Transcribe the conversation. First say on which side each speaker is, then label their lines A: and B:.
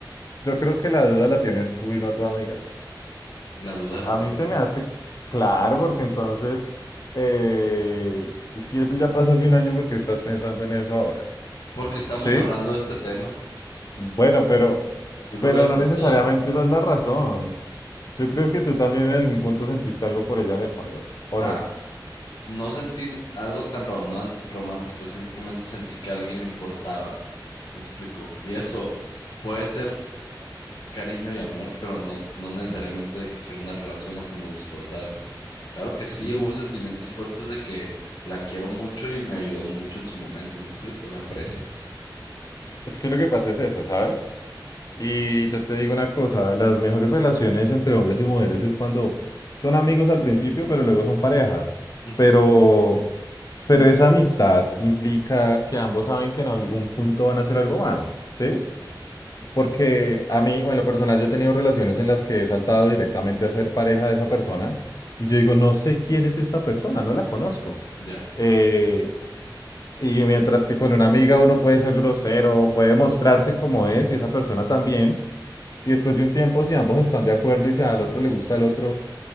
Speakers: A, on the left; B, on the left.
A: yo creo que la duda la tienes tú y no tu amiga.
B: La duda la
A: A
B: tengo
A: mí se
B: yo.
A: me hace claro porque entonces eh, si eso ya pasó hace un año, porque estás pensando en eso ahora?
B: Porque estamos
A: ¿Sí?
B: hablando de este tema.
A: Bueno, pero
B: Yo no
A: pero
B: lo había pensado.
A: no necesariamente esa es la razón. Yo creo que tú también en algún punto sentiste algo por ella en el fondo, ¿o
B: Ah,
A: no?
B: no sentí algo tan román- romántico. Simplemente sentí que a alguien le importaba. Me explico. Y eso puede ser cariño y amor, pero no, no necesariamente de que quiero una relación o que me gustó, ¿sabes? Claro que sí,
A: Yo-
B: hubo sentimientos fuertes de que la quiero mucho y me ayudó mucho en su momento, me explico, la aprecio.
A: Es que lo que pasa es eso, ¿sabes? Y yo te digo una cosa, las mejores relaciones entre hombres y mujeres es cuando son amigos al principio, pero luego son pareja.
B: Ujú,
A: Pero, pero esa amistad implica que ambos saben que en algún punto van a hacer algo más, ¿sí? Porque a mí, o en lo personal, yo he tenido relaciones en las que he saltado directamente a ser pareja de esa persona y yo digo, no sé quién es esta persona, no la conozco.
B: ya.
A: Eh, y mientras que con una amiga uno puede ser grosero, puede mostrarse como es y esa persona también. Y después de un tiempo, si ambos están de acuerdo y si al otro le gusta el otro,